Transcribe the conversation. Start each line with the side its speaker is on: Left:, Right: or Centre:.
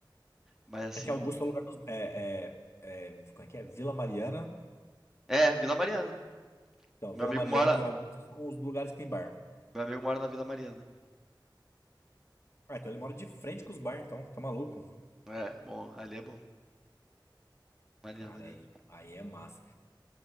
Centre: mas assim.
Left: É que Augusta é o lugar dos. É, é, é, como é que é? Vila Mariana.
Centre: É, Vila Mariana.
Left: Então,
Centre: Meu
Left: Vila
Centre: amigo
Left: Mariana
Centre: mora,
Left: e Augusta são os lugares que tem bar.
Centre: Meu amigo mora na Vila Mariana.
Left: Ah, então ele mora de frente com os bar, então, tá maluco?
Centre: É, bom, ali é bom. Maneiro,
Left: Cara,
Centre: maneiro.
Left: aí, aí é massa.